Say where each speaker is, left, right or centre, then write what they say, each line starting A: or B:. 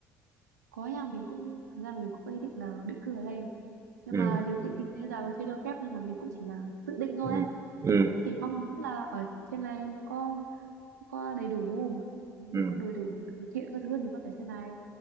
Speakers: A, on the right (about 85°); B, on the right (about 35°).
A: có nhà mình cũng thực ra là mình cũng có ý định là định cư ở đây nhưng
B: ừ
A: mà điều kiện kinh tế giờ chưa cho phép nên là mình cũng chỉ là dự định thôi
B: ừ
A: ấy
B: ừ
A: cũng chỉ mong muốn là ở trên này có có đầy đủ mình
B: ừ
A: có đầy đủ điều kiện các thứ để mình có thể trên này